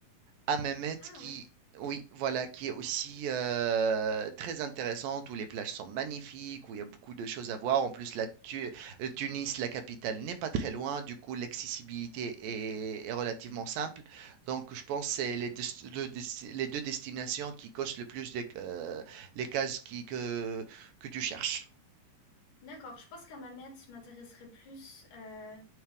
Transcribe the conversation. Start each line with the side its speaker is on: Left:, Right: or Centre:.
Right: à Mehmet
Left: Ah
Right: qui,
Left: ouais.
Right: oui, voilà, qui est aussi euh, très intéressante, où les plages sont magnifiques, où il y a beaucoup de choses à voir. En plus, la Tu- euh, Tunis, la capitale, n'est pas très loin, du coup, l'accessibilité est, est relativement simple. Donc, je pense que c'est les, des- le des- les deux destinations qui cochent le plus de- euh, les cases qui, que, que tu cherches.
Left: D'accord, je pense qu'à Mamet m'intéresserait plus euh,